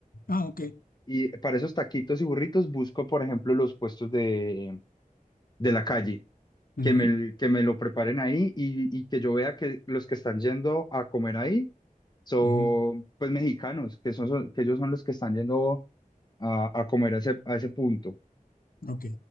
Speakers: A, on the left; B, on the left.
A: Ah, ok.
B: Y para esos taquitos y burritos busco, por ejemplo, los puestos de, de la calle,
A: Ujú,
B: que me, que me lo preparen ahí y, y que yo vea que los que están yendo a comer ahí son
A: ujú,
B: pues mexicanos, que son, son- que ellos son los que están yendo a, a comer a ese, a ese punto.
A: Ok.